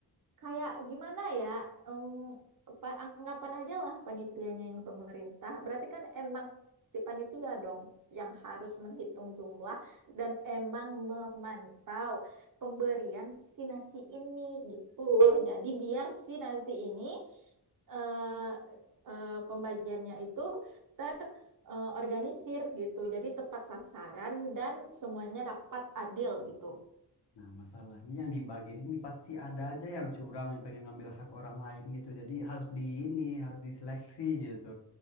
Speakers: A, on the right; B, on the left.
A: kayak gimana ya em, pa- anggapan aja lah panitianya ini pemerintah berarti kan emang si panitia dong yang harus menghitung jumlah dan emang memantau pemberian si nasi ini gitu loh jadi biar si nasi ini eh, eh, pembagiannya itu terorganisir gitu jadi tepat sasaran dan semuanya dapat adil gitu
B: Nah, masalahnya yang dibagiin ini pasti ada aja yang curang yang pengen ngambil hak orang lain gitu. Jadi harus di ini, harus diseleksi gitu.